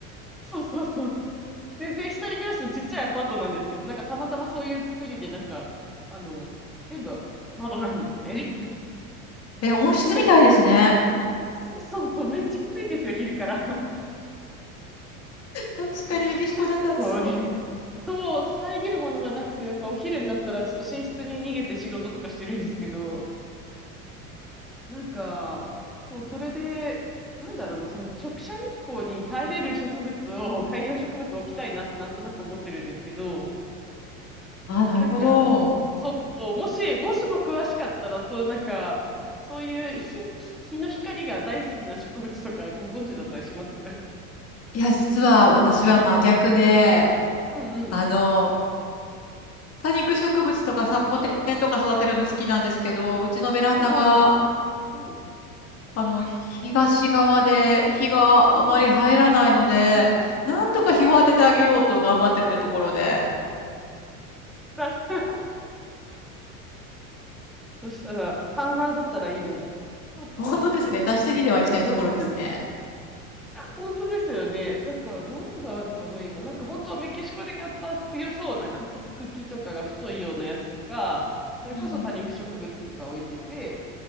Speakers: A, in the centre; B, on the left.
A: そうそうそう。全然一人暮らしのちっちゃいアパートなんですけど、なんかたまたまそういう作りで、なんか、あの、全部窓なんですね。
B: え、温室みたいですね。
A: で、そう <laughs> そうそう、めっちゃ暑いんですよ、昼から。<laughs>
B: 確かにメキシコだと暑そ
A: もう直射日光で。<laughs> そう、遮るものがなくて、なんかお昼になったらちょっと寝室に逃げて仕事とかしてるんですけど、なんか、そう、それで、なんだろうな、その直射日光に耐えれる植物を、<laughs> 観葉植物を置きたいなってなんとなく思ってるんですけど、
B: う。ああ、なるほど。
A: なんか、そう、もし、もしも詳しかったら、そう、なんか、そういう日、日の光が大好きな植物とかご存知だったりします
B: いや、実は私は真逆で、
A: <laughs> うんうん。
B: あの、多肉植物とかサボテンとか育てるの好きなんですけど、うちのベランダが、
A: ほうほうほう。うん。
B: あの、東側で日があまり入らないので、
A: おお。
B: なんとか日を当ててあげようと頑張ってるところで、
A: だ <laughs> そしたら、半々だったらいいのに。そっか。
B: 本当ですね、足してにではいきたいところですね。
A: うん <laughs> 本当ですよね。だから何があるかな、今。なんか本当はメキシコで買った強そうなく茎とかが太いようなやつとか、それこそ多肉植物とか置いてて、
B: うん。